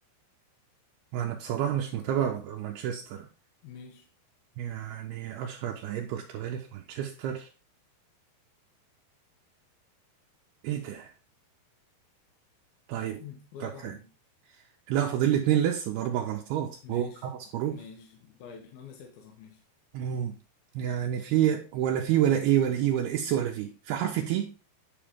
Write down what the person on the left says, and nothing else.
ماشي
مم. بقول
لك واحده
ماشي
ماشي طيب احنا قلنا سته صح ماشي